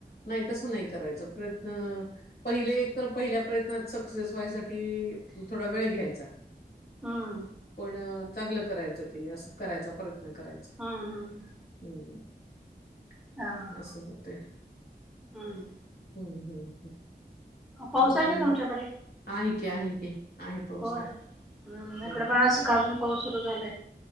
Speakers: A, on the left; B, in the centre.
A: नाही तसं नाही करायचं प्रयत्न पहिले एक तर पहिल्या प्रयत्नात सक्सेस व्हायसाठी. त थोडा वेळ घ्यायचा
B: हम्म
A: पण. चांगलं करायचं ते असं करायचा प्रयत्न करायचा. '
B: हम्म हम्म.
A: '..'
B: हा हा.
A: 'असं होतय ''
B: हम्म.
A: ह हम्म.
B: पाऊस
A: आणि
B: आहे का तुमच्याकडे?
A: आहे की आहे की आहे पाऊस
B: होय.
A: आहे.
B: हम्म
A: हा
B: इकडे पण आजं सकाळ पाऊस सुरू झालाय.